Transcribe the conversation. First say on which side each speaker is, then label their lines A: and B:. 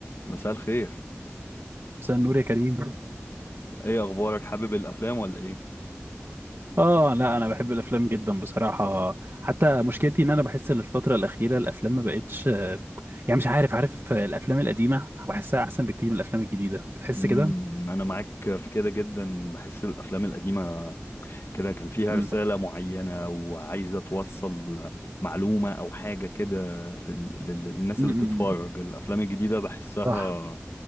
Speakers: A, on the left (about 60°); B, on the right (about 55°).
A: مساء الخير
B: مساء النور يا كريم
A: ايه اخبارك حابب الافلام ولا ايه
B: اه لا انا بحب الافلام جدا بصراحه حتى مشكلتي ان انا بحس ان الفتره الاخيره الافلام ما بقتش آه، يعني مش عارف عارف آه، الافلام القديمه بحسها احسن بكتير من الافلام الجديده بتحس
A: امم
B: كده
A: انا معاك في كده جدا بحس الافلام القديمه كده كان فيها
B: امم
A: رساله معينه وعايزه توصل معلومه او حاجه كده في ال... لل- للناس
B: امم
A: اللي بتتفرج الافلام الجديده بحسها
B: صح